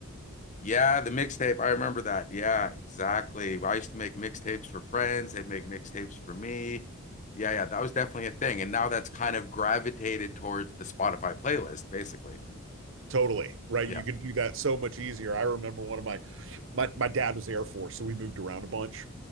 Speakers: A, on the left (about 35°); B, on the right (about 60°).
A: Yeah, the mixtape. I remember that. Yeah, exactly. Well, I used to make mixtapes for friends. They'd make mixtapes for me. Yeah, yeah, that was definitely a thing. And now that's kind of gravitated towards the Spotify playlist, basically.
B: Totally, right?
A: Yeah.
B: You can do that so much easier. I remember one of my my my dad was the Air Force, so we moved around a bunch,